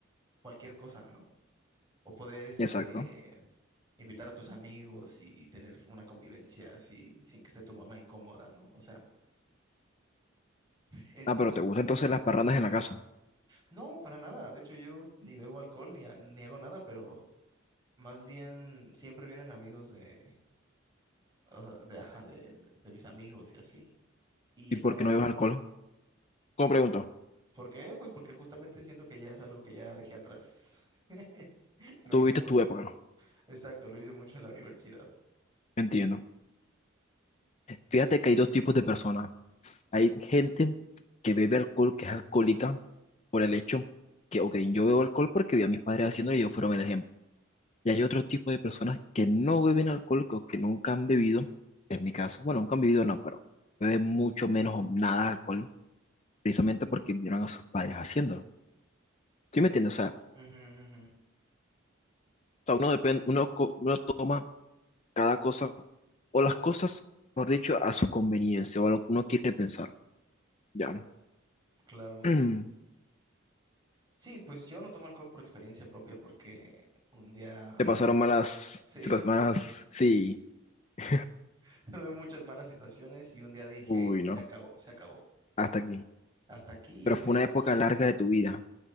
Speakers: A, on the right (about 20°); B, on the left (about 30°).
A: cualquier cosa, ¿no? O poder, este,
B: exacto.
A: invitar a tus amigos y tener una convivencia así, sin que esté tu mamá incómoda, ¿no? O sea, entonces,
B: Ah, pero te gustan entonces las parrandas en la casa.
A: no, para nada. De hecho, yo ni bebo alcohol ni, ha- ni hago nada, pero más bien siempre vienen amigos de, ah, de, ajá, de de mis amigos y así. y
B: ¿Y
A: están
B: por qué
A: aquí.
B: no bebes alcohol? Como pregunto,
A: ¿Por qué? Pues porque justamente siento que ya es algo que ya dejé atrás. <laughs> Lo
B: tú
A: hice
B: viste
A: muy,
B: tu época.
A: exacto, lo hice mucho en la universidad.
B: Entiendo. Fíjate que hay dos tipos de personas. Hay gente que bebe alcohol, que es alcohólica, por el hecho que, ok, yo bebo alcohol porque vi a mis padres haciéndolo y ellos fueron el ejemplo. Y hay otro tipo de personas que no beben alcohol o que nunca han bebido, en mi caso, bueno, nunca han bebido, no, pero beben mucho menos o nada de alcohol, precisamente porque vieron a sus padres haciéndolo. ¿Sí me entiendes? O sea, o
A: Ujú, ujú, ujú,
B: sea, uno depende, uno, co- uno toma cada cosa, o las cosas, por dicho, a su conveniencia, o a lo que uno quiere pensar. Ya.
A: Claro.
B: <clears throat>
A: Sí, pues yo no tomo alcohol por experiencia propia porque un día,
B: Te
A: <laughs>
B: pasaron malas
A: sí,
B: situaciones, malas, sí. <laughs>
A: <laughs> tuve muchas malas situaciones y un día dije,
B: Uy, no,
A: se acabó, se acabó.
B: hasta aquí.
A: hasta aquí
B: Pero
A: y ese
B: fue
A: día
B: una época
A: fue...
B: larga de tu vida.